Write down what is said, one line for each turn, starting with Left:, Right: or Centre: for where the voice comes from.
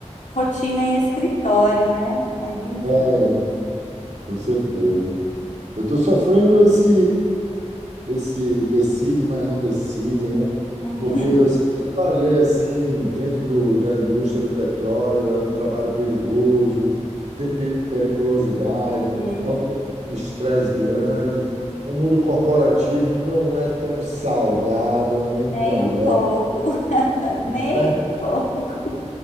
Left: rotina em escritório, né? Mas enfim.
Right: É, com certeza. Eu estou sofrendo esse, esse decide, mas não decide, né?
Left: <laughs>
Right: Porque eu sempre trabalhei assim dentro do, da indústria do petróleo, é um trabalho perigoso, tem pe- periculosidade,
Left: Uhum.
Right: é um tempo de estresse grande. O mundo corporativo não é tão saudável, nem
Left: Nem
Right: tão
Left: um
Right: é,
Left: pouco, <laughs> nem
Right: né?
Left: um pouco.